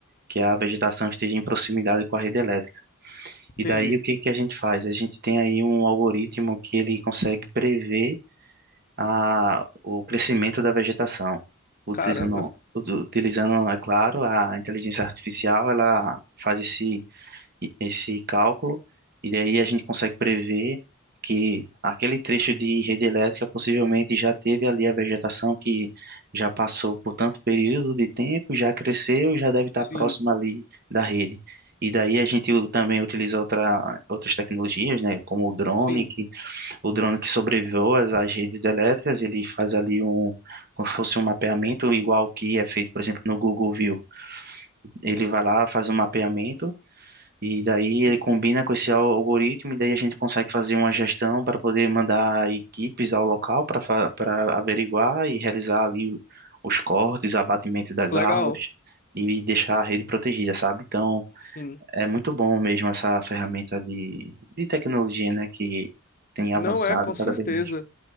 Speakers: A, on the right; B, on the left.
A: que a vegetação esteja em proximidade com a rede elétrica. E
B: entendi.
A: daí o que que a gente faz? A gente tem aí um algoritmo que ele consegue prever a, o crescimento da vegetação, utilizando,
B: Caramba.
A: utilizando, é claro, a inteligência artificial, ela faz esse e- esse cálculo, e daí a gente consegue prever que aquele trecho de rede elétrica possivelmente já teve ali a vegetação que já passou por tanto período de tempo, já cresceu e já deve estar
B: Sim,
A: próximo ali da rede. E daí a gente u- também utiliza outra, outras tecnologias, né, como o drone,
B: sim,
A: que o drone que sobrevoa as, as redes elétricas, ele faz ali um, como se fosse um mapeamento igual que é feito, por exemplo, no Google View. Ele vai lá, faz um mapeamento e daí ele
B: sim.
A: combina com esse al- algoritmo, e daí a gente consegue fazer uma gestão para poder mandar equipes ao local para fa- para averiguar e realizar ali o- os cortes, abatimento das
B: Legal.
A: árvores e deixar a rede protegida, sabe? Então
B: Sim.
A: é muito bom mesmo essa ferramenta de, de tecnologia, né, que tem
B: Não
A: avançado
B: é, com certeza.
A: cada vez mais.